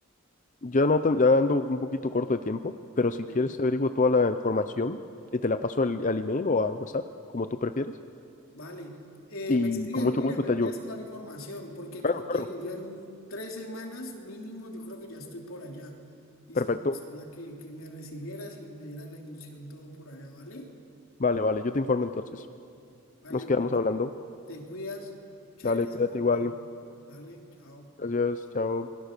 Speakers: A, on the left; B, on the left.
A: Ya, Nathan, ya ando un poquito corto de tiempo, pero si
B: Sí.
A: quieres averiguo toda la información y te la paso al, al email o al WhatsApp, como tú prefieres,
B: Vale. Eh,
A: y
B: me escribes,
A: con mucho
B: William,
A: gusto
B: me
A: te
B: envías
A: ayudo.
B: toda la información, porque
A: Claro,
B: como
A: claro.
B: te digo, yo en tres semanas mínimo yo creo que ya estoy por allá. Y
A: Perfecto.
B: si me que, que me recibieras y me dieras la inducción todo por allá, ¿vale?
A: Vale, vale, yo te informo entonces.
B: Vale,
A: Nos quedamos hablando.
B: Te cuidas. Muchas
A: Dale,
B: gracias,
A: cuídate
B: hombre.
A: igual.
B: Vale, chao.
A: Gracias, chao.